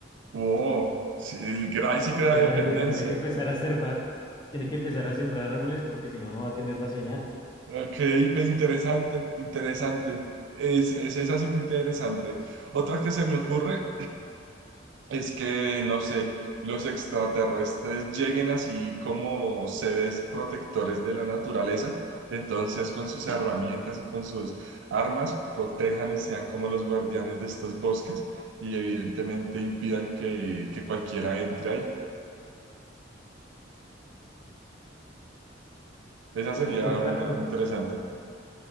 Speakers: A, on the right (about 70°); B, on the left (about 25°).
A: Oh, sí, el Gray sí crea
B: la
A: dependencia.
B: gente tendría que empezar a sembrar, tiene que empezar a sembrar árboles porque si no, no va a tener la señal.
A: Ok, pe- interesante, interesante. Es, es, esa sí muy interesante. Otra que se me ocurre es que, no sé, los extraterrestres lleguen así como seres protectores de la naturaleza, entonces con sus herramientas y con sus armas protejan y sean como los guardianes de estos bosques y evidentemente impidan que, que cualquiera entre ahí. Esa
B: O-
A: sería
B: otra,
A: una interesante.